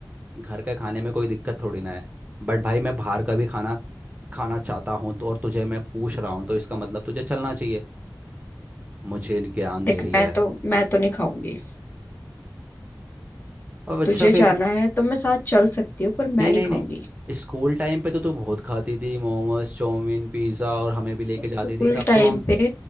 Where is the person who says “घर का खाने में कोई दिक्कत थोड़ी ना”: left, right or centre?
Right